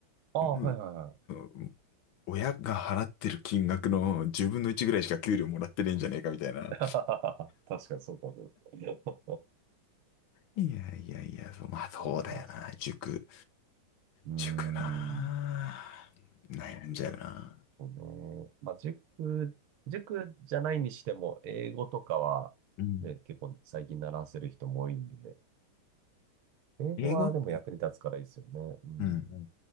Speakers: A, on the right; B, on the left.
A: ああ、
B: うんうん
A: はいはいはい。
B: 親が払ってる金額の十分の一ぐらいしか給料もらってねえんじゃねえかみたいな。
A: <laughs> 確かにそうかも。<laughs>
B: いやいやいや、そうまあそうだよな。
A: そうなんですよ。
B: 塾、
A: うーん。
B: 塾なあ。悩んじゃうな。
A: そうね。まあ、塾、塾じゃないにしても、英語とかは、
B: うん。
A: ね、結構最近習わせる人も多いんで、英語はでも役に立つからいいですよね。
B: 英語って、
A: うん。
B: うん。うん